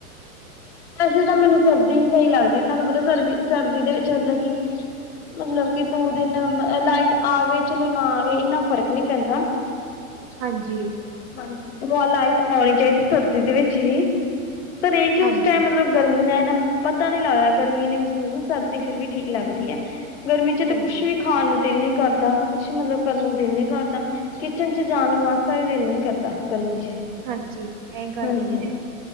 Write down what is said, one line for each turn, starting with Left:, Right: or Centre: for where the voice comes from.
Left: ਵੈਸੇ ਤਾਂ ਮੈਨੂੰ ਸਰਦੀ ਹੀ ਸਹੀ ਲੱਗਦੀ, ਤੁਹਾਨੂੰ ਪਤਾ ਸਰਦੀ ਸਰਦੀ ਦੇ ਵਿੱਚ ਮਤਲਬ ਕਿ ਮਤਲਬ ਕਿ ਦੋ ਦਿਨ ਲਾਈਟ ਆਵੇ ਚਲੋ, ਨਾ ਆਵੇ ਇੰਨਾ ਫ਼ਰਕ ਨਹੀਂ ਪੈਂਦਾ। ਹ <inaudible>
Right: ਹਾਂਜੀ,
Left: ਹਾਂਜੀ, ਤੇ ਬ ਲਾਈਟ ਆਉਣੀ ਚਾਹੀਦੀ ਸਰਦੀ ਦੇ ਵਿੱਚ ਵੀ ਪਰ ਇਹ ਕਿ
Right: ਹਾਂਜੀ
Left: ਟਾਈਮ ਮਤਲਬ ਗਰਮੀ ਨਾਲ ਇਹਨਾ ਪਤਾ ਨੀ ਲੱਗ ਰਿਦਾ ਗਰਮੀਨੇ ਮਹਿਸੂਸ ਸਰਦੀ ਫਿਰ ਵੀ ਠੀਕ ਲੱਗਦੀ ਹੈ। ਗਰਮੀ ਚ ਤਾਂ
Right: ਹਾਂਜੀ
Left: ਕੁਛ ਵੀ ਖਾਣ ਨੂੰ ਦਿਲ ਨੀ ਕਰਦਾ ਕੁਛ ਮਤਲਬ ਕਰਨ ਨੂੰ ਦਿਲ ਨੀ ਕਰਦਾ। ਕਿਚਨ ਚ ਜਾਣ ਨੂੰ ਮਾਸਾ ਵੀ ਦਿਲ ਨੀ ਕਰਦਾ ਗਰਮੀ ਚ।
Right: ਹਾਂਜੀ, ਇਹ ਗੱਲ
Left: ਹਾਂਜੀ।
Right: ਤੇ ਹੈ।